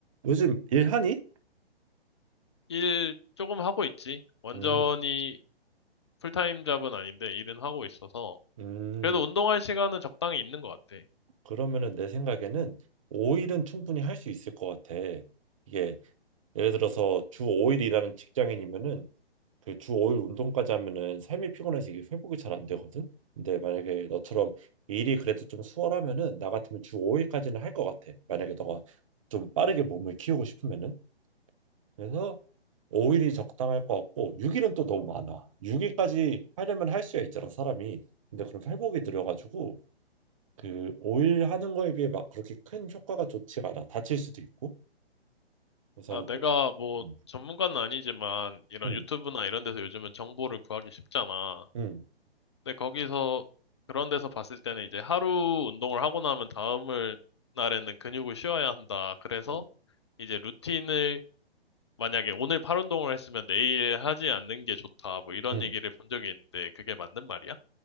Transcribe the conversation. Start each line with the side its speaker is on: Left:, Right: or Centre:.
Right: 요즘 일하니?
Left: 일 조금 하고 있지. 완전히
Right: 음,
Left: 풀타임 잡은 아닌데, 일은 하고 있어서.
Right: 음,
Left: 그래도 운동할 시간은 적당히 있는 것 같아.
Right: 그러면은 내 생각에는 5일은 충분히 할 수 있을 것 같아. 이게 예를 들어서 주 5일 일하는 직장인이면은 그 주 5일 운동까지 하면은 삶이 피곤해서 이게 회복이 잘 안 되거든. 근데 만약에 너처럼 일이 그래도 좀 수월하면은 나 같으면 주 5일까지는 할 것 같아. 만약에 너가 좀 빠르게 몸을 키우고 싶으면은 그래서 5일이 적당할 것 같고 6일은 또 너무 많아. 6일까지 하려면 할 수야 있잖아 사람이. 근데 그럼 회복이 느려가지고 그 5일 하는 거에 비해 막 그렇게 큰 효과가 좋지가 않아. 다칠 수도 있고. 우선
Left: 아, 내가 뭐
Right: 음,
Left: 전문가는 아니지만 이런
Right: 음,
Left: 유튜브나 이런 데서 요즘은 정보를 구하기 쉽잖아.
Right: 음,
Left: 근데 거기서 그런 데서 봤을 때는 이제 하루 운동을 하고 나면 다음을 날에는 근육을 쉬어야 한다. 그래서
Right: 음,
Left: 이제 루틴을 만약에 오늘 팔 운동을 했으면 내일 하지 않는 게 좋다. 뭐 이런
Right: 음.
Left: 얘기를 본 적이 있는데 그게 맞는 말이야?